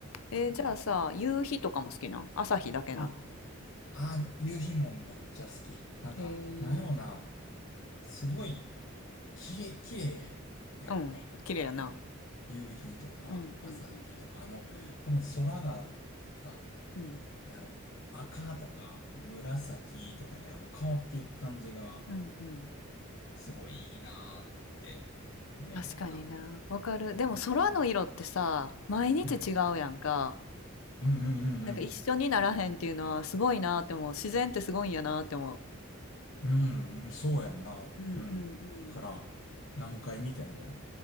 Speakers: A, on the left (about 80°); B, on the left (about 65°).
A: えーじゃあさ、
B: な。うん。
A: 夕日とかも好きなん朝日だけなん
B: あ、ああ、夕日もめっちゃ好き。なんか、
A: へえ。
B: なんやろな。すごい、きれい、きれいやんか。
A: うん、綺麗やな。
B: 夕日とか、
A: うん、
B: 朝日とか、
A: うん、うん、
B: あの、
A: うん、
B: 多分空がさ、
A: うん、
B: なんやろ、赤とか紫とかにあの変わっていく感じが、
A: うん、うん。
B: すごいいいなーって思うねんな。
A: 確かにな。わかる。でも空の色ってさ、
B: うん。
A: 毎日違うやんか。
B: うん。うんうんうんうん。
A: なんか一緒にならへんっていうのはすごいなって思う。自然ってすごいんやなって思
B: うん、うんそうやんな。
A: う。うん、
B: うん。
A: うん、うん。
B: から、何回見ても、